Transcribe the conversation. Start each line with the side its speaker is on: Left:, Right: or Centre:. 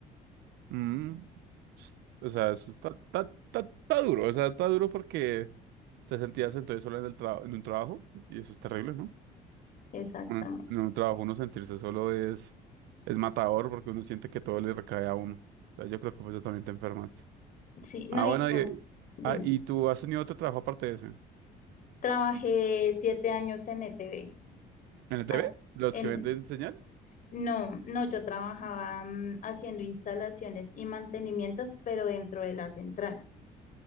Right: Mm, s- O sea, eso está, está- está- está duro, o sea, está duro porque te sentías entonces solo en el trabajo, en un trabajo, y eso es terrible, ¿no?
Left: Exactamente.
Right: Bueno, en un trabajo uno sentirse solo es, es matador porque uno siente que todo le recae a uno. O sea, yo creo que por eso también te enfermaste.
Left: Sí, no,
Right: Ah, bueno,
Left: y con,
Right: y,
Left: dime,
Right: ah, ¿y tú has tenido otro trabajo aparte de ese? ¿En
Left: trabajé siete años en E T ETV.
Right: el T
Left: Ah,
Right: V ¿Los
Left: en,
Right: que venden señal?
Left: no, no, yo trabajaba mm, haciendo instalaciones y mantenimientos, pero dentro de la central.